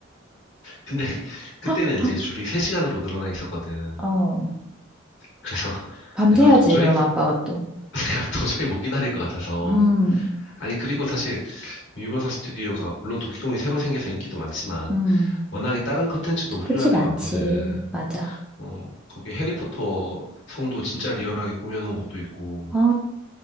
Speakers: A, on the left; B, in the centre.
A: 근데 <laughs> 그때는
B: 헉,
A: 이제
B: 헉,
A: 줄이 세시간으로 늘어나 있었거든.
B: 어.
A: 그래서 <laughs>
B: 밤새야지,
A: 내가 도저히,
B: 그럼 아빠가 또.
A: <laughs> 내가 도저히 못 기다릴 것 같아서.
B: 음,
A: 아니, 그리고 사실 유니버설 스튜디오가 물론 동기공이 새로 생겨서 인기도 많지만
B: 음,
A: 워낙에 다른 컨텐츠도 훌륭한
B: 그치,
A: 게
B: 많지.
A: 많거든.
B: 맞아.
A: 어, 거기 해리포터 성도 진짜 리얼하게 꾸며놓은 것도 있고,
B: 아,